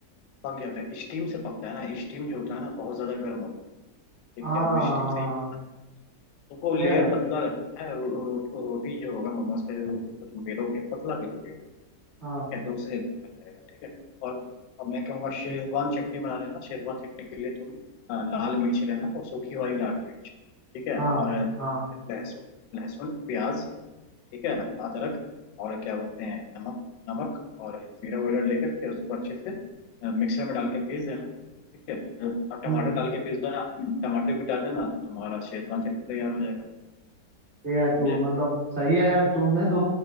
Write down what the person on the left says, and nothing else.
पक जाता है स्टीम से पकता है ना स्टीम जो होता है ना बहुत ज्यादा गर्म हो ठीक
है वो स्टीम
से ही पकना रहता है उसको तुमको लेयर
पतला रखना है रो, रो, रो, रोटी जो होगा मोमोज का जो जो तुम बेलोगे पतला बेलोगे ठीक
है तो उससे जल्दी बन जाएगा ठीक है और अब मैं कहूँगा शेजवान चटनी बना लेना शेजवान चटनी के लिए तुम अ, लाल मिर्च लेना और सूखी वाली लाल मिर्च ठीक है
और
लहसुन लहसुन प्याज ठीक है अदरक और क्या बोलते हैं नमक नमक और जीरा वगैरह लेकर के उसको अच्छे से अ, मिक्सर में डाल के पीस देना ठीक है और टमाटर
डाल के पीस देना टमाटर भी डाल देना तो तुम्हारा शेजवान चटनी तैयार हो जाएगा
समझे